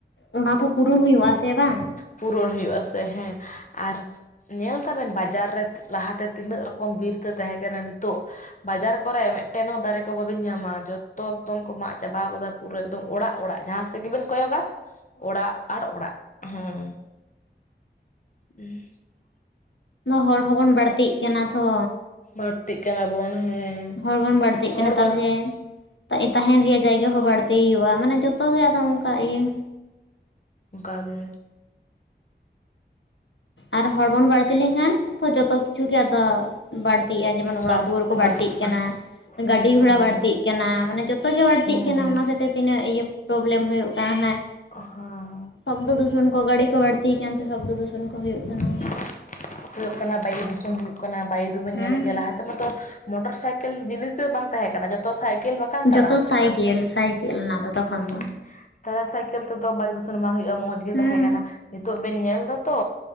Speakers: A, on the left; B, on the left.
A: ᱚᱱᱟ ᱛᱚ ᱯᱩᱨᱚᱱ ᱦᱩᱭᱩᱜᱼᱟ ᱥᱮ ᱵᱟᱝ?
B: ᱯᱩᱨᱚᱱ ᱦᱩᱭᱩᱜᱼᱟ ᱥᱮ ᱦᱮᱸ ᱟᱨ ᱧᱮᱞ ᱫᱟᱵᱮᱱ ᱵᱟᱡᱟᱨ ᱨᱮ ᱞᱟᱦᱟᱛᱮ ᱛᱤᱱᱟᱹᱜ ᱨᱚᱠᱚᱢ ᱵᱤᱨᱛᱮ ᱛᱟᱦᱮᱸ ᱠᱟᱱᱟ ᱱᱤᱛᱚᱜ ᱵᱟᱡᱟᱨ ᱠᱚᱨᱮ ᱢᱮᱫᱴᱮᱱ ᱦᱚᱸ ᱫᱟᱨᱮ ᱠᱚ ᱵᱟᱵᱤᱱ ᱧᱟᱢᱟ ᱡᱷᱚᱛᱚ ᱮᱠᱫᱚᱢ ᱠᱚ ᱢᱟᱜ ᱪᱟᱵᱟᱣ ᱠᱟᱫᱟ᱾ ᱯᱩᱨᱟᱹ ᱮᱠᱫᱚᱢ ᱚᱲᱟᱜ ᱚᱲᱟᱜ ᱡᱟᱦᱟᱸ ᱥᱮᱫ ᱜᱮᱵᱤᱱ ᱠᱚᱭᱚᱜᱟ ᱚᱲᱟᱜ ᱟᱨ ᱚᱲᱟᱜ ᱦᱮᱸ᱾ <inaudible>
A: ᱦᱚᱲ ᱦᱚᱸᱵᱚᱱ ᱵᱟᱹᱲᱛᱤᱜ ᱠᱟᱱᱟ ᱛᱷᱚ᱾
B: ᱵᱟᱲᱛᱤᱜ ᱠᱟᱱᱟ ᱵᱚᱱ ᱦᱮᱸ᱾
A: ᱦᱚᱲ ᱵᱚᱱ ᱵᱟᱲᱛᱤᱜ
B: ᱦᱚᱲ
A: ᱠᱟᱱᱟ ᱛᱟᱞᱦᱮ
B: ᱵᱟᱨ
A: ᱛᱟᱦᱮᱱ ᱨᱮᱭᱟᱜ ᱡᱟᱭᱜᱟ ᱦᱚᱸ ᱵᱟᱲᱛᱤ ᱦᱩᱭᱩᱜᱼᱟ ᱢᱟᱱᱮ ᱡᱚᱛᱚ ᱛᱚᱵᱮ ᱟᱫᱚ ᱚᱝᱠᱟ ᱤᱭᱟᱹ
B: ᱚᱝᱠᱟ ᱜᱮ
A: ᱟᱨ ᱦᱚᱲ ᱵᱚᱱ ᱵᱟᱹᱲᱛᱤ ᱞᱮᱱᱠᱷᱟᱱ ᱛᱚ ᱡᱚᱛᱚ ᱠᱤᱪᱷᱩ ᱜᱮ ᱟᱫᱚ ᱵᱟᱲᱛᱤᱜᱼᱟ ᱡᱮᱢᱚᱱ ᱚᱲᱟᱜ
B: ᱵᱟᱲ
A: ᱫᱩᱣᱟᱹᱨ ᱠᱚ ᱵᱟᱲᱛᱤᱜ
B: ᱵᱟᱲ
A: ᱠᱟᱱᱟ᱾
B: ᱦᱮᱸ
A: ᱜᱟᱹᱰᱤ
B: ᱦᱮᱸ
A: ᱜᱷᱚᱲᱟ ᱵᱟᱹᱲᱛᱤᱜ ᱠᱟᱱᱟ ᱢᱟᱱᱮ ᱡᱚᱛᱚᱜᱮ ᱜᱮ ᱵᱟᱹᱲᱛᱤᱜ
B: ᱦᱮᱸ
A: ᱠᱟᱱᱟ ᱚᱱᱟ ᱠᱷᱟᱛᱤᱨ ᱛᱤᱱᱟᱹᱜ ᱤᱭᱟᱹ ᱯᱨᱚᱵᱮᱞᱮᱢ ᱦᱩᱭᱩᱜ ᱠᱟᱱᱟ ᱱᱟᱭ
B: ᱦᱮᱸ,
A: ᱥᱚᱵᱽᱫᱚ ᱫᱩᱥᱚᱱ ᱠᱚ ᱜᱟᱹᱲᱤ ᱠᱚ ᱵᱟᱹᱲᱛᱤ ᱠᱟᱱᱛᱮ ᱥᱚᱵᱽᱫᱚ ᱫᱩᱥᱚᱱ ᱠᱚ ᱦᱩᱭᱩᱜ
B: ᱦᱮᱸ
A: ᱠᱟᱱᱟ᱾
B: ᱦᱩᱭᱩᱜ ᱠᱟᱱᱟ ᱵᱟᱭᱩ ᱫᱷᱩᱥᱚᱱ ᱦᱩᱭᱩᱜ ᱠᱟᱱᱟ ᱵᱟᱭᱩ ᱫᱚᱵᱚᱱ
A: ᱦᱮᱸ
B: ᱧᱮᱞᱮᱜ ᱜᱮᱭᱟ ᱞᱟᱦᱟᱛᱮ ᱛᱮᱢᱚᱱ ᱛᱚ ᱢᱚᱴᱚᱨ ᱥᱟᱭᱠᱮᱞ ᱡᱤᱱᱤᱥ ᱜᱮ ᱵᱟᱝ ᱛᱟᱦᱮᱸ ᱠᱟᱱᱟ ᱡᱚᱛᱚ ᱡᱚᱛᱚ ᱥᱟᱭᱠᱮᱞ ᱵᱟᱠᱷᱟᱱ ᱛᱟᱲᱟᱢ
A: ᱡᱚᱛᱚ
B: ᱛᱮ,
A: ᱥᱟᱭᱠᱮᱞ ᱥᱟᱭᱠᱮᱞ ᱚᱱᱟ ᱫᱚ ᱛᱚᱠᱷᱚᱱ
B: ᱦᱮᱸ
A: ᱫᱚ
B: ᱛᱟᱦᱞᱮ ᱥᱟᱭᱠᱮᱞ ᱛᱮᱫᱚ ᱵᱟᱭᱩ ᱫᱩᱥᱚᱱ ᱵᱟᱝ ᱦᱩᱭᱩᱜᱼᱟ ᱢᱚᱸᱡᱽ ᱜᱮ
A: ᱦᱩᱸ
B: ᱛᱟᱦᱮᱸ ᱠᱟᱱᱟ᱾ ᱱᱤᱛᱚᱜ ᱵᱮᱱ ᱧᱮᱞ ᱫᱟᱛᱚ